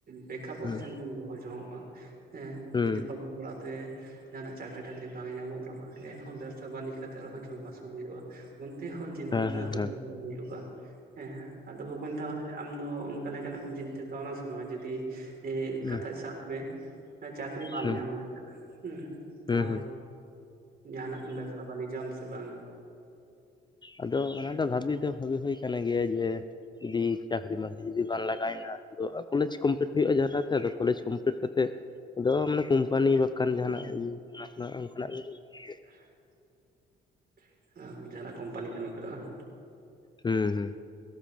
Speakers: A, on the right; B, on the left.
A: ᱵᱮᱠᱟᱯ
B: ᱦᱩᱸ
A: ᱚᱯᱥᱮᱱ ᱵᱚᱱ ᱫᱚᱦᱚ ᱡᱚᱝᱚᱜᱼᱟ ᱦᱮᱸ
B: ᱦᱩᱸ
A: ᱡᱩᱫᱤ ᱯᱟᱞᱚᱢᱟᱲᱟᱜ ᱛᱮ ᱡᱟᱦᱟᱱᱟᱜ ᱪᱟᱹᱠᱨᱤ ᱴᱟᱹᱠᱨᱤ ᱵᱟᱝ ᱧᱟᱢᱚᱜ ᱨᱮᱦᱚ ᱮᱱᱦᱚ ᱵᱮᱵᱽᱥᱟ ᱵᱟᱱᱤᱡᱽ ᱠᱟᱛᱮᱜ ᱨᱮᱦᱚᱸ ᱡᱚᱢ ᱟᱹᱥᱩᱞ ᱦᱩᱭᱩᱜᱼᱟ᱾ ᱚᱱᱛᱮ ᱦᱚᱸ ᱪᱤᱱᱛᱟᱹ
B: ᱦᱮᱸ ᱦᱮᱸ
A: ᱫᱚᱦᱚ
B: ᱦᱮᱸ
A: ᱦᱚ ᱦᱩᱭᱩᱜᱼᱟ ᱦᱮᱸ ᱟᱫᱚ ᱵᱟᱠᱚ ᱢᱮᱛᱟ ᱟᱢ ᱟᱫᱚ ᱚᱱᱠᱟ ᱞᱮᱠᱟᱱᱟᱜ ᱠᱚᱢ ᱪᱤᱱᱛᱟᱹ ᱠᱟᱣᱱᱟ ᱥᱮ ᱵᱟᱝᱟ ᱡᱩᱫᱤ ᱮ
B: ᱦᱩᱸ
A: ᱠᱟᱛᱷᱟ
B: ᱦᱩᱸ
A: ᱥᱟᱵ ᱢᱮ ᱪᱟᱠᱨᱤ ᱵᱟᱢ
B: ᱦᱩᱸ
A: ᱧᱟᱢ ᱞᱮ ᱦᱮᱸ ᱛᱟᱦᱚᱞᱮ
B: ᱦᱩᱸ
A: ᱡᱟᱦᱟᱱᱟᱜ ᱠᱚᱢ ᱵᱮᱵᱥᱟ ᱵᱟᱱᱤᱡᱟᱢ ᱥᱮ ᱵᱟᱝᱟ?
B: ᱟᱫᱚ ᱚᱱᱟ ᱫᱚ ᱵᱷᱟᱵᱤ ᱫᱚ ᱵᱷᱟᱵᱤ ᱦᱩᱭ ᱠᱟᱱ ᱜᱮᱭᱟ ᱡᱮ ᱡᱩᱫᱤ ᱪᱟᱹᱠᱨᱤ ᱢᱟᱹᱠᱨᱤ ᱡᱩᱫᱤ ᱵᱟᱝ ᱞᱟᱜᱟᱣᱮᱱᱟ ᱟᱫᱚ ᱠᱚᱞᱮᱡᱽ ᱠᱚᱢᱯᱞᱤᱴ ᱦᱩᱭᱩᱜᱼᱟ ᱡᱟᱦᱟ ᱞᱮᱠᱟᱛᱮ ᱟᱫᱚ ᱠᱚᱞᱮᱡᱽ ᱠᱚᱢᱯᱞᱤᱴ ᱠᱟᱛᱮ ᱟᱫᱚ ᱠᱳᱢᱯᱟᱱᱤ ᱡᱟᱦᱟᱱᱟᱜ ᱚᱱᱠᱟᱱᱟᱜ ᱜᱮ
A: <unintelligible> ᱚ ᱡᱟᱦᱟᱱᱟᱜ ᱠᱳᱢᱯᱟᱱᱤ ᱠᱟᱹᱢᱤ ᱠᱚᱨᱮᱜ ᱵᱟᱝ?
B: ᱦᱩᱸ ᱦᱩᱸ᱾